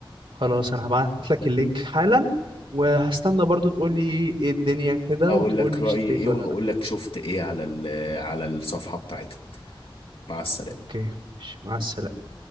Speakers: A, on the right (about 65°); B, on the left (about 75°).
A: خلاص انا هبعت لك اللينك حالا وهستنى برضو تقول لي ايه الدنيا كده
B: هقول
A: وتقول
B: لك
A: لي
B: رايي
A: اشتريت
B: ايه
A: ولا
B: وهقول
A: لا
B: لك شفت ايه على ال- على الصفحه بتاعتهم مع السلامه
A: اوكي ماشي مع السلامه